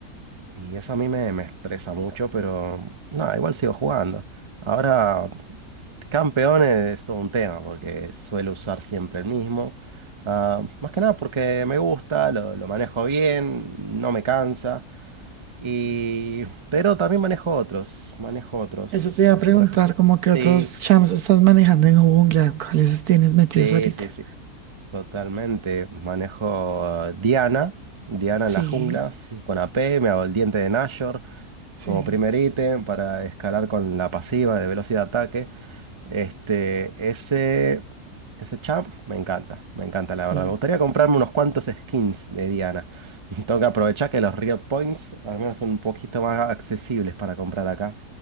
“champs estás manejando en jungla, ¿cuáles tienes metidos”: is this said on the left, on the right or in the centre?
Right